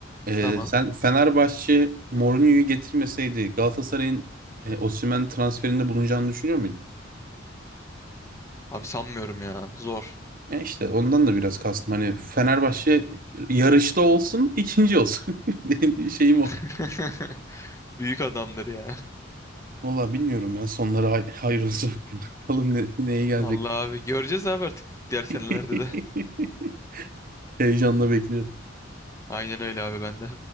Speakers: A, on the right; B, on the left.
A: Ee,
B: Tamam.
A: sen Fenerbahçe Mourinho'yu getirmeseydi Galatasaray'ın e, Osimhen transferinde bulunacağını düşünüyor muydun?
B: Abi sanmıyorum ya. Zor.
A: Ya işte ondan da biraz kastım. Hani Fenerbahçe yarışta olsun, ikinci olsun. <laughs> Benim bir şeyim o.
B: <laughs> Büyük adamdır ya.
A: Valla bilmiyorum ya sonları hay hayır olsun. <laughs> Bakalım ne, neye gelecek.
B: Vallahi abi göreceğiz abi artık diğer senelerde
A: <laughs>
B: de.
A: Heyecanla bekliyorum.
B: Aynen öyle abi bende.